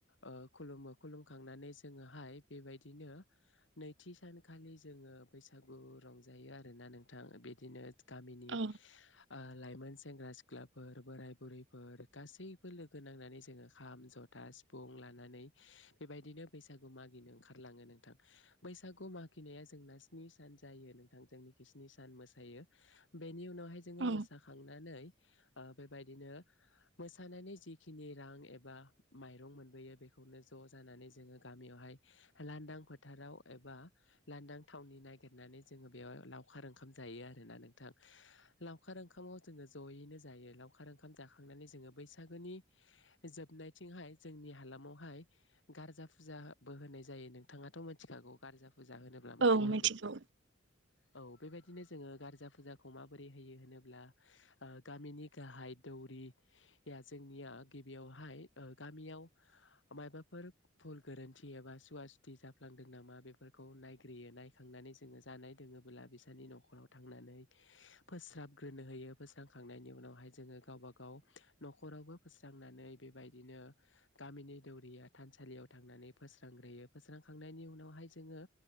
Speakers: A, on the left (about 70°); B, on the right (about 65°).
A: ओ खुलुमो खुलुमखांनानै जोङोहाय बेबायदिनो नैथि सानखालि जोङो बैसागु रंजायो आरोना नोंथां बिदिनो गामिनि
B: औ
A: ओ लाइमोन सेंग्रा सिख्लाफोर बोराय बुरिफोर गासैबो लोगो नांनानै जोङो खाम जथा सिफुं लानानै बेबायदिनो बैसागु मागिनो ओंखारलाङो नोंथां बैसागु मागिनाया जोंना स्नि सान जायो नोंथां जोंनिखै स्नि सान मोसायो बेनि उनाव जोङो
B: औ
A: मोसाखांनानै ओ बेबायदिनो मोसानायनि जिखिनि रां एबा माइरं मोनबोयो बेखौनो ज' जानानै जोङो गामियावहाय लानदां फोथाराव एबा लानदां थावनि नागिरनानै जोङो बेयाव लावखार ओंखाम जायो आरोना नोंथां लावखार ओंखामाव जोङो जयैनो जायो लावखार ओंखाम जाखांनानै जोङो बैसागोनि जोबनाय थिंहाय जोंनि हालामावहाय गारजा फुजाबो होनाय जायो नोंथाङाथ' मिथिखागौ गारजा फुजा होनोब्ला माखौ
B: औ मिथिगौ
A: होनो औ बेबायदिनो जोङो गारजा। फुजाखौ माबोरै होयो होनोब्ला ओ गामिनि गाहाय दौरि या जोंनिया गिबियावहाय ओ गामियाव मायबाफोर भुल गोरोन्थि एबा सुवा सुथि जाफ्लांदों नामा बेफोरखौ नायग्रोयो नायखांनानै जोङो जानाय दोङोबोला बिसोरनि न'खराव थांनानै फोस्राबग्रोनो होयो फोस्रांखांनायनि उनावहाय जोङो गावबा गाव न'खरावबो फोस्रांनानै बेबाय दिनो गामिनि दौरिया थानसालियाव थांनानै फोस्रांग्रोयो फोस्रांखांनायनि उनावहाय जोङो